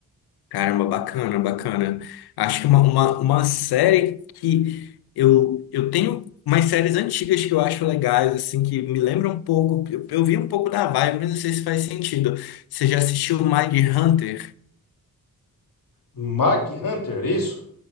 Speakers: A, on the left; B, on the left.
A: Caramba, bacana, bacana. Acho que é uma, uma, uma série que eu, eu tenho umas séries antigas que eu acho legais, assim, que me lembram um pouco. Eu, eu vi um pouco da vibe, mas não sei se faz sentido. Você já assistiu Mind Hunter?
B: Mag Hunter, é isso?